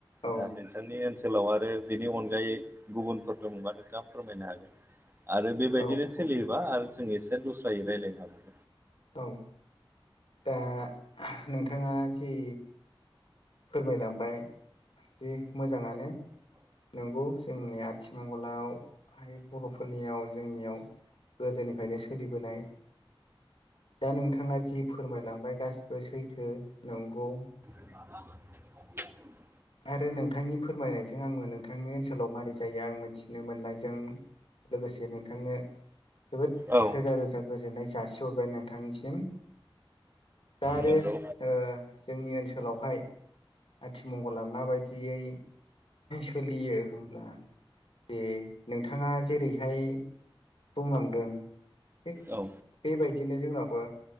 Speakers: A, on the left; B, on the right.
A: औ
B: दा नोंथांनि ओनसोलाव आरो बिनि अनगायै गुबुनफोर दंबा नोंथाङा फोरमायनो हागोन। आरो बेबायदिनो
A: औ
B: सोलियोबा
A: औ
B: आरो जों एसे दस्रायै रायलायनो हागौ।
A: औ, दा नोंथाङा जि फोरमायलांबाय दि मोजाङानो नोंगौ। जोंनि आथिमंगलाव हाय बर'फोरनियाव जोंनियाव गोदोनिफ्रायनो सोलिबोनाय दा नोंथाङा जि फोरमायलांबाय गासिबो सैथो नंगौ
B: <inaudible>
A: आरो नोंथांनि फोरमायनायजों आंबो नोंथांनि ओनसोलाव मारै जायो आं मिथिनो मोननायजों लोगोसे नोंथांनो जोबोद
B: औ
A: रोजा रोजा गोजोननाय जासि हरबाय नोंथांनिसिम। द आरो
B: नंगौ।
A: ओ जोंनि ओनसोलावहाय आथिमंगला माबायदियै सोलियो होमब्ला जे नोंथाङा जेरैहाय बुंलांदों थिग
B: औ।
A: बेबायदिनो जोंनावबो